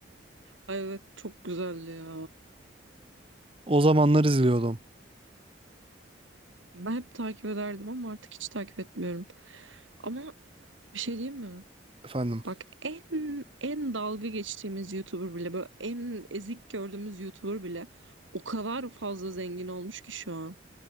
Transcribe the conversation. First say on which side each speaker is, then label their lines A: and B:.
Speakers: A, on the right (about 85°); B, on the right (about 30°).
A: Ay evet çok güzeldi ya.
B: O zamanlar izliyordum
A: Ben hep takip ederdim ama artık hiç takip etmiyorum. Ama bir şey diyeyim mi?
B: efendim.
A: Bak en en dalga geçtiğimiz YouTuber bile böyle en ezik gördüğümüz YouTuber bile o kadar fazla zengin olmuş ki şu an.